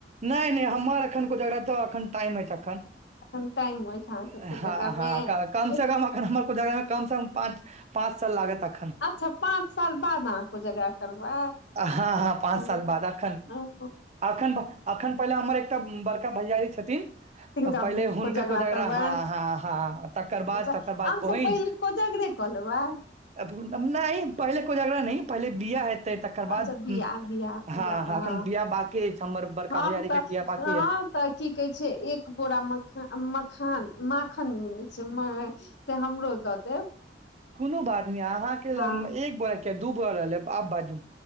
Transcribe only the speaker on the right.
नै नै हमर एखन कोजगड़ा तऽ एखन टाइम हऽ एखन।
हँ हँ
कम
से कम एखन हमर। कम सँ कम पाँच-पाँच साल लागैतक।
हँ हँ पाँच
साल बाद अखन। अखन-अखन पहिले हमर एकटा बड़का भैयारी छथिन।
पहिले हुनकर
हँ हँ हँ तकर बाद
तकर बाद
बहिन
नहि, पहिले कोइ झगड़ा नहि पहिले बििया ह। ते तकर बाद,
हँ,
अखन बिियाह बाकी अछि हमर बड़का
भैयारीकेँ,
के बिियाह बाकी
है।
कोनो बात नहि अहाँके
ल एक ब कि दू बो लेब आब बाजू।